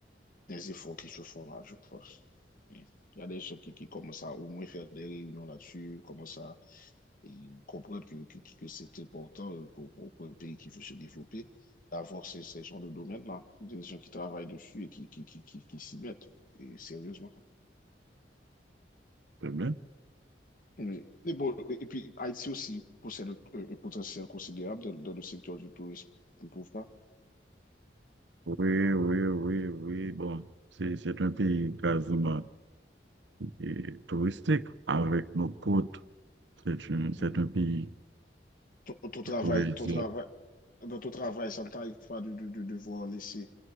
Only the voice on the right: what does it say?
C'est bien.
Oui, oui, oui, oui. Bon, c'est, c'est un pays quasiment. et touristique avec nos côtes. C'est une- c'est
un pays,
je pourrais dire.